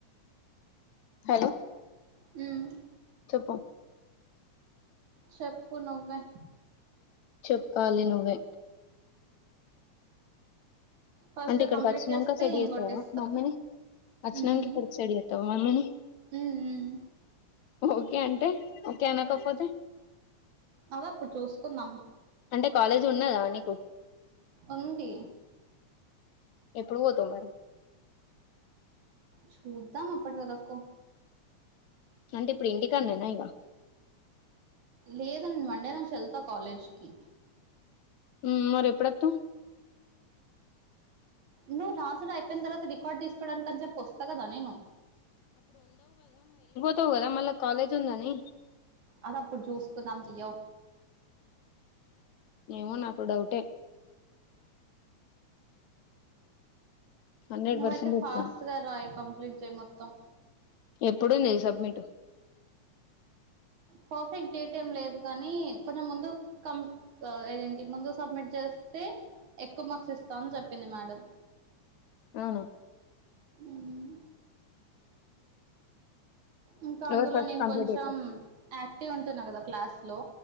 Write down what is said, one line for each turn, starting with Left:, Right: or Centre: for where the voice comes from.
Left: హలో
Right: హు మ్
Left: చెప్పు
Right: చెప్పు నువ్వే
Left: చెప్పాలి నువ్వే
Right: ఫస్ట్
Left: అంటే
Right: గా
Left: ఇక్కడికోచ్చినాంక
Right: కంప్లీట్ చేస్తే
Left: సెడ్
Right: ఇంకోటి
Left: జెతావా
Right: ఇస్తా
Left: మమ్మిని అచ్నంక్
Right: ఉమ్
Left: ఇక్కడ డిసైడ్జేత్తవ మమ్మిని
Right: ఉమ్ ఉమ్
Left: ఓకే అంటే ఓకే అనకపోతే
Right: అదప్పుడ్ చూస్కునాం
Left: అంటే కాలేజ్ ఉన్నదా నీకు
Right: ఉంది
Left: ఎపుడు పోతావ్ మరి
Right: చూద్దాం అప్పట్ వరకు
Left: అంటే ఇప్పుడ్ ఇంటికాన్నే ఇగ
Right: లేదం మండే నాంచెళ్తా కాలేజ్కిి
Left: ఉ మరి ఎప్పుడత్తవ్
Right: నువ్వు రాసుడైపోయిన తర్వాత రికార్డ్ తీసుకోవడానికాని అని చెప్పి వస్తా కదా నేను
Left: పోతావ్ కదా మల్ల కలేజ్ ఉందిని
Right: అదప్పుడు చూసుకుందం తియ్యో
Left: ఏమో నాకు డౌటే హండ్రెడ్
Right: నువ్వయితే
Left: పర్సెంట్ చెప్తాను
Right: ఫాస్ట్ గా రాయి కంప్లీట్ చేయి మొత్తం
Left: ఎప్పుడుంది సబ్మిట్
Right: పర్ఫెక్ట్ డేట్ ఏం లేదు కానీ కొంచం ముందు కమ్ ఏదేంటి ముందు సబ్మిట్ చేస్తే ఎక్కువ మార్క్స్ ఇస్తామని చెప్పింది మేడం
Left: అవున
Right: ఉమ్ ఇంకా అందులో
Left: ఎవరు ఫస్ట్
Right: నేను
Left: కంప్లీట్
Right: కొంచెం అక్ టీవ్ ఉంటున్నా కదా క్లాస్ లో